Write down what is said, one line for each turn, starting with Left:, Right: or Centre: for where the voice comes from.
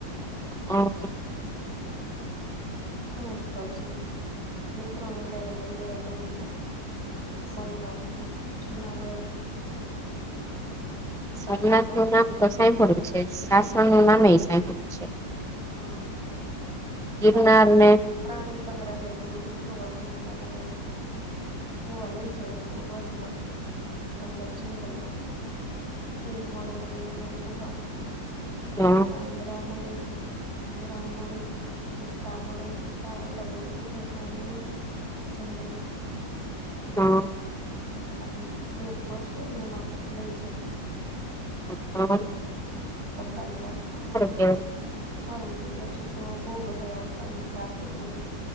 Centre: હ.
Right: ઘણા સ્થળ છે બે ત્રણ એકહારે લઈ લેવાય એવું છે. સોમનાથ ને જુનાગઢ ને સાસણ
Centre: સોમનાથ
Right: બાજુ
Centre: નું નામ
Right: ને
Centre: તો સાંભળ્યું છે સાસણ નું નામે એ સાંભળ્યું છે.
Right: હા,
Centre: ગિરનાર
Right: સાસણ તો
Centre: ને
Right: પ્રાણી સંગ્રહાલયનું બધું જોવાનું એમ કે આપડે જોવા લઈ જાય એમને બસમાં. અંદર જંગલમાં સિંહ મળે તમને અહયા જોવા.
Centre: એ હ.
Right: વાંદરા મળે, હરણ મળે, ચિત્તા મળે, હા અલગ અલગ બધાએ પ્રાણી હોય જંગલમાં.
Centre: હા.
Right: આપડે પેક બસ હોય ને એમાં લઈ જાય.
Centre: હ તો
Right: સફારી પાર્કમાં હા.
Centre: કેવાય
Right: હારું છે એ બાજુ તો બહુ બધા આવતા હોય ટ્રાફિક હોય.